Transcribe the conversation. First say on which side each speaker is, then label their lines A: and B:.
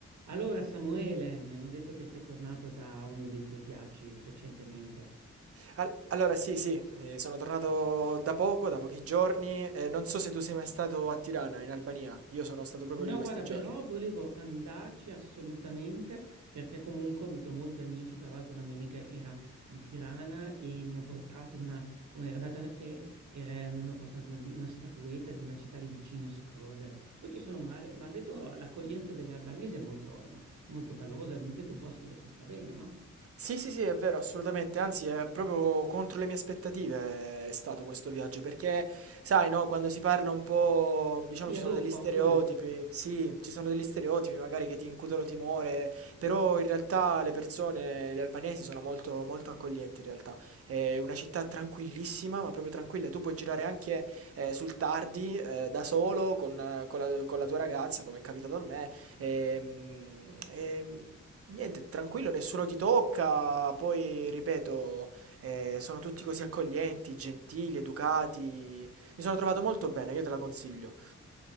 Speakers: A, on the right; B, on the right.
A: Allora, Samuele, mi hanno detto che sei tornato da uno dei tuoi viaggi recentemente.
B: Al- allora, sì, sì, eh, sono tornato da poco, da pochi giorni. eh, non so se tu sei mai stato a Tirana, in Albania. Io sono stato proprio
A: No,
B: lì questi
A: guarda,
B: giorni.
A: però volevo andarci assolutamente perché comunque ho avuto molti amici, tra l'altro una mia amica era di Tirana e mi ha portato una, o era data- eh, era- mi ha portato una, una statuetta di una città lì vicino, Shkodër. Poi ci sono, mi hanno detto l'accoglienza delle albanesi è molto, molto calorosa, mi hanno detto un posto dove si sta bene, no?
B: Sì, sì, sì, è vero, assolutamente, anzi è proprio contro le mie aspettative è stato questo viaggio, perché sai, no, quando si parla un po', diciamo
A: Io
B: ci sono
A: avevo
B: degli
A: paura.
B: stereotipi, sì, ci sono degli stereotipi magari che ti incutono timore, però in realtà le persone, gli albanesi sono molto, molto accoglienti in realtà, è una città tranquillissima, ma proprio tranquilla, tu puoi girare anche eh, sul tardi, eh, da solo, con, eh, con la, con la tua ragazza, come è capitato a me, Ehm, ehm, niente, tranquillo, nessuno ti tocca. Poi, ripeto, eh, sono tutti così accoglienti, gentili, educati. Mi sono trovato molto bene, io te la consiglio.